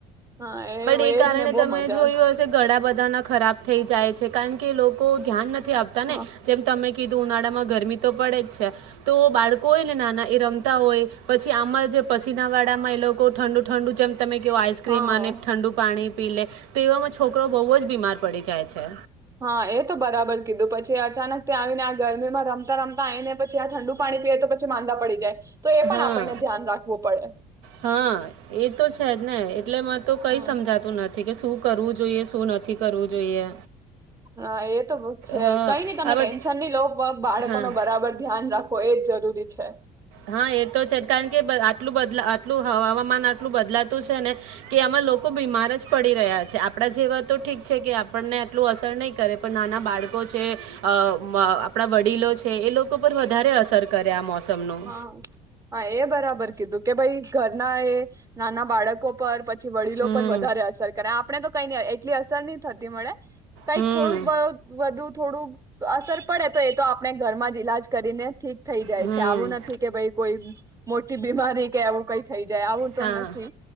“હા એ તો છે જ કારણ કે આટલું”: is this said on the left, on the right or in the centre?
Right